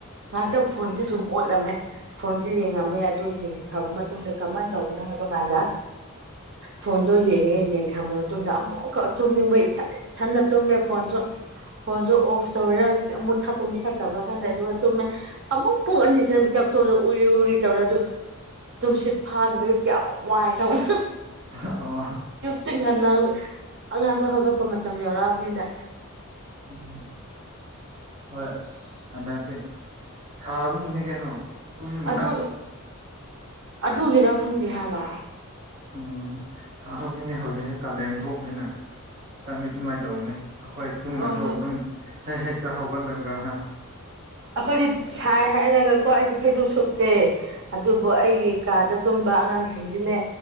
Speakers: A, on the right (about 60°); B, on the right (about 30°).
A: ꯉꯥꯏꯍꯥꯛꯇꯪ ꯐꯣꯟꯁꯦ ꯁꯨꯝ ꯑꯣꯠꯂꯝꯃꯦ ꯐꯣꯟꯁꯦ ꯌꯦꯡꯉꯝꯃꯦ ꯑꯗꯨ ꯌꯦꯡꯈ꯭ꯔꯕ ꯃꯇꯨꯡꯗ ꯀꯃꯥꯏꯅ ꯇꯧꯕꯅꯣ ꯍꯥꯏꯕ ꯀꯥꯟꯗ ꯐꯣꯟꯗꯣ ꯌꯦꯡꯉꯦ ꯌꯦꯡꯈ꯭ꯔꯕ ꯃꯇꯨꯡꯗ ꯑꯃꯨꯛꯀ ꯇꯨꯝꯅꯤꯡꯕ ꯏꯊꯟ ꯏꯊꯟꯗ ꯇꯨꯝꯃꯦ ꯐꯣꯟꯁꯨ ꯐꯣꯟꯁꯨ ꯑꯣꯐ ꯇꯧꯔꯦ ꯃꯨꯠꯊꯠꯄ ꯃꯨꯠꯊꯠꯇꯕ꯭ꯔꯥ ꯈꯜꯗꯦ ꯑꯗꯨꯒ ꯇꯨꯝꯃꯦ ꯑꯃꯨꯛ ꯄꯨꯡ ꯑꯅꯤꯁꯦ ꯃꯤꯀꯞ ꯊꯣꯛꯂꯦ ꯎꯔꯤ ꯎꯔꯤ ꯇꯧꯔꯦ ꯑꯗꯨ ꯇꯨꯝꯁꯤꯠ ꯐꯥꯗꯕꯒꯤ ꯀꯌꯥꯝ ꯋꯥꯏ ꯈꯪꯕ꯭ꯔꯥ
B: ꯑꯣ
A: ꯇꯤ ꯉꯟꯅ ꯍꯧꯒꯠꯂꯦ ꯑꯉꯥꯡꯈꯩ ꯍꯧꯒꯠꯄ ꯃꯇꯝ ꯌꯧꯔꯛꯑꯕꯅꯤꯅ
B: ꯎꯝ ꯍꯝ ꯍꯣꯏ ꯑꯁ ꯍꯟꯗꯛꯁꯦ ꯁꯥꯕꯅꯤꯅꯦ ꯀꯩꯅꯣ ꯇꯨꯝꯅꯛ
A: ꯑꯗꯨ ꯑꯗꯨꯒꯤꯔ ꯈꯪꯗꯦ ꯍꯥꯏꯕ
B: ꯎꯝ ꯍꯧꯖꯤꯛꯒꯤꯅꯦ ꯍꯧꯖꯤꯛꯒꯤ ꯀꯥꯂꯦꯟ ꯊꯣꯛꯄꯅꯤꯅ ꯇꯪꯅꯤ ꯑꯗꯨꯃꯥꯏꯅ ꯇꯧꯕꯅꯤ ꯑꯩꯈꯣꯏ ꯇꯨꯝꯃꯁꯨ
A: ꯑꯣ
B: ꯑꯗꯨꯝ ꯍꯦꯛ ꯍꯦꯛꯇ ꯍꯧꯒꯠꯂꯒ ꯍꯥꯏ
A: ꯑꯩꯈꯣꯏꯗꯤ ꯁꯥꯏ ꯍꯥꯏꯔꯒꯀꯣ ꯑꯩꯗꯤ ꯐꯩꯖꯨꯞ ꯁꯨꯞꯇꯦ ꯑꯗꯨꯕꯨ ꯑꯩꯒꯤ ꯀꯥꯗ ꯇꯨꯝꯕ ꯑꯉꯥꯡꯁꯤꯡꯗꯤꯅꯦ